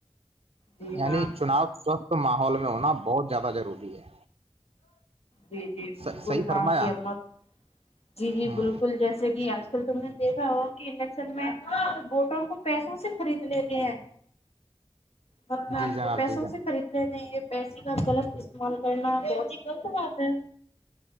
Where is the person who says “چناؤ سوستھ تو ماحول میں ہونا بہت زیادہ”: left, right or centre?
Right